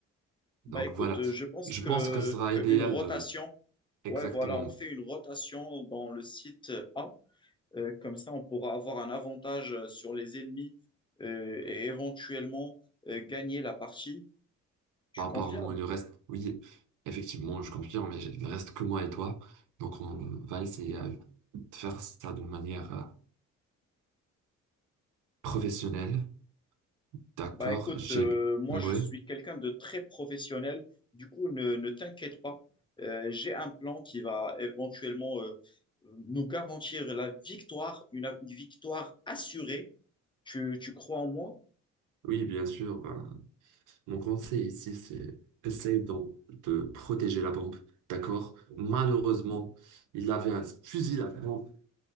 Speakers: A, on the left; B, on the right.
A: Bah,
B: Donc
A: écoute,
B: voilà,
A: je pense
B: je
A: que,
B: pense que ce sera
A: qu'une
B: idéal
A: rotation,
B: de exactement
A: ouais, voilà, on fait une rotation dans le site A. Euh, comme ça, on pourra avoir un avantage sur les ennemis euh, et éventuellement euh, gagner la partie. Tu
B: par
A: confirmes?
B: rapport à moi, il ne reste, oui, effectivement, je confirme, mais il ne reste que moi et toi. Donc on va essayer euh, de faire ça d'une manière euh, professionnelle. D'accord,
A: Bah écoute,
B: j'ai...
A: euh, moi
B: Ouais.
A: je suis quelqu'un de très professionnel, du coup ne, ne t'inquiète pas, Euh, j'ai un plan qui va éventuellement euh, nous garantir la victoire, une, une victoire assurée. Tu, tu crois en moi?
B: Oui, bien sûr. ben, mon conseil ici, c'est essayer de, de protéger la bombe. D'accord? Malheureusement, il avait un fusil à pompe.